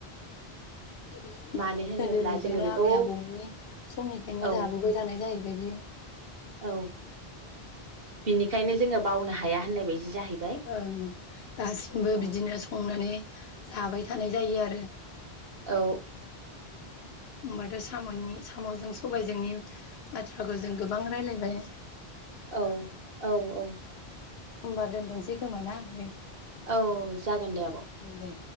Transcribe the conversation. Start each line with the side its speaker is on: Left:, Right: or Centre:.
Left: गोदोनि
Right: मानो
Left: ओं
Right: होनोब्ला
Left: गोदोनिफायनो
Right: जोङो बेखौ
Left: आबै आबौमोननि समनिफायनो
Right: औ
Left: जाबोबाय थानाय जाहैबाय बियो।
Right: औ बिनिखायनो जोंङो बावनो हाया होननाय बायदि जाहैबाय
Left: ओं दासिमबो
Right: औ
Left: बिदिनो संनानै जाबाय थानाय जायो आरो।
Right: औ‌
Left: होमबाथ' साम'नि साम'जों सबायजोंनि बाथ्राखौ जों गोबां राय्लायबाय।
Right: औ औ औ।
Left: होमबा दोनथनसै खोमा ना आ
Right: औ जागोन दे आब'।
Left: दे